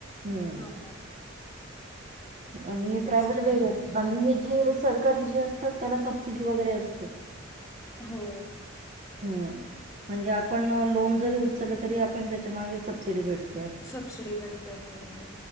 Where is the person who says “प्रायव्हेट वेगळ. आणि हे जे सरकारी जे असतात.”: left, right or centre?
Right